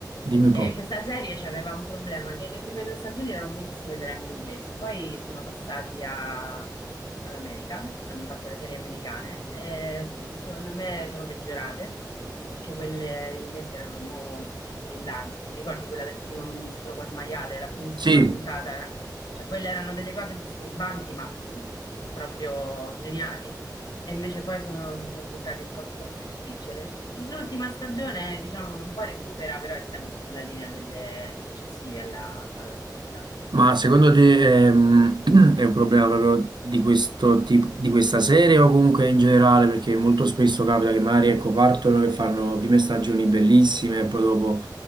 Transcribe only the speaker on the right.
Dimmi un
po'.
Sì,
Ma secondo te ehm, <clears throat> è un problema proprio di questo tipo, di questa serie o comunque in generale? Perché molto spesso capita che magari ecco, partono che fanno prime stagioni bellissime e poi dopo